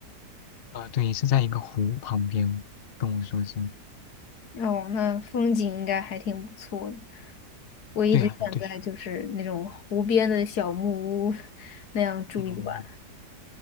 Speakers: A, on the left; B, on the left.
A: 啊、对，是在一个湖旁边，跟我说是。
B: 哦，那风景应该还挺不错的。我一直想在就是那种湖边的小木屋
A: 对啊，对呀、
B: 那样住一晚。
A: 嗯。